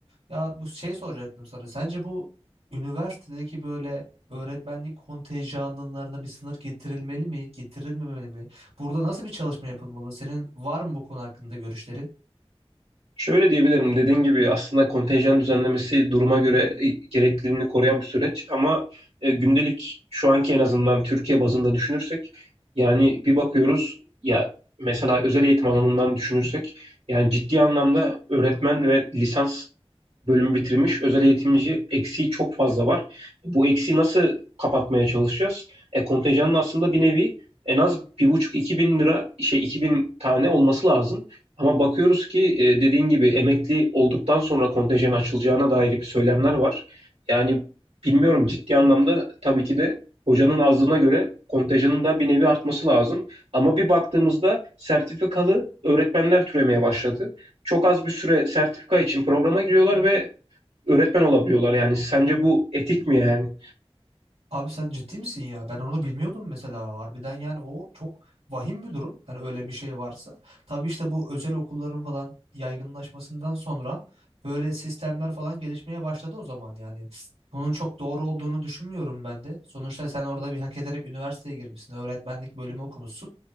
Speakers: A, on the right; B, on the right.
A: Ya bu şey soracaktım sana. Sence bu üniversitedeki böyle öğretmenlik kontenjanlarına bir sınır getirilmeli mi, getirilmemeli mi? Burada nasıl bir çalışma yapılmalı? Senin var mı bu konu hakkında görüşlerin?
B: Şöyle diyebilirim. Dediğin gibi aslında kontenjan düzenlemesi duruma göre e, gerekliliğini koruyan bir süreç ama e, gündelik şu anki en azından Türkiye bazında düşünürsek yani bir bakıyoruz ya mesela özel eğitim alanından düşünürsek yani ciddi anlamda öğretmen ve lisans bölümü bitirmiş özel eğitimci eksiği çok fazla var. Bu eksiği nasıl kapatmaya çalışacağız? E, kontenjanın aslında bir nevi en az bir buçuk iki bin lira şey iki bin tane olması lazım. Ama bakıyoruz ki e, dediğin gibi emekli olduktan sonra kontenjan açılacağına dair bir söylemler var. Yani bilmiyorum ciddi anlamda tabii ki de hocanın azlığına göre kontenjanın da bir nevi artması lazım. Ama bir baktığımızda sertifikalı öğretmenler türemeye başladı. Çok az bir süre sertifika için programa giriyorlar ve öğretmen olabiliyorlar. Yani sence bu etik mi yani?
A: Abi sen ciddi misin ya? Ben onu bilmiyordum mesela. Harbiden yani o çok vahim bir durum. Hani öyle bir şey varsa. Tabii işte bu özel okulların falan yaygınlaşmasından sonra böyle sistemler falan gelişmeye başladı o zaman yani. Bunun çok doğru olduğunu düşünmüyorum ben de. Sonuçta sen orada bir hak ederek üniversiteye girmişsin. Öğretmenlik bölümü okumuşsun.